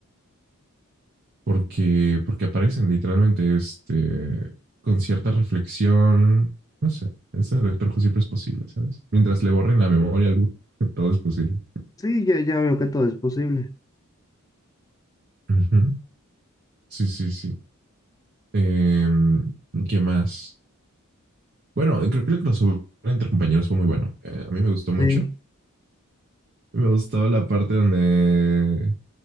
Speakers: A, on the right (about 45°); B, on the left (about 15°).
A: porque, porque aparecen literalmente este, con cierta reflexión. No sé, ese Doctor Who siempre es posible, ¿sabes? Mientras le borren la memoria a alguno, <laughs> todo es posible.
B: Sí, ya, ya veo que todo es posible.
A: Ujú. Sí, sí, sí. Eh, ¿qué más? Bueno, creo que el crossover entre compañeros fue muy bueno. Eh, a mí me gustó mucho.
B: Sí,
A: Me gustaba la parte donde